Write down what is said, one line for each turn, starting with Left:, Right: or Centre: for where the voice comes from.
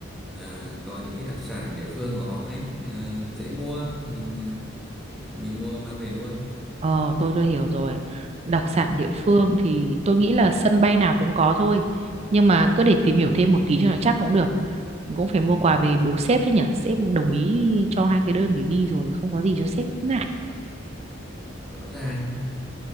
Centre: ờ, có những cái đặc sản địa phương của họ ấy ờ, dễ mua mình ờ, mình mua mang về luôn.
Right: Ờ tôi tôi hiểu rồi. Đặc sản địa
Centre: Ừ,
Right: phương thì tôi nghĩ là sân bay nào cũng có thôi. Nhưng mà cứ để tìm hiểu thêm một tí cho nó chắc cũng được. Cũng phải mua quà về biếu sếp chứ nhở Sếp đồng ý cho hai cái đơn để đi rồi không có gì cho sếp cũng ngại.
Centre: Rõ ràng.